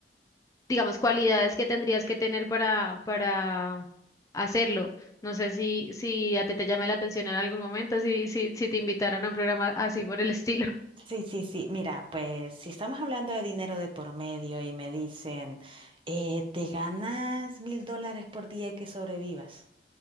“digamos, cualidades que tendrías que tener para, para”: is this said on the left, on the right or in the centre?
Left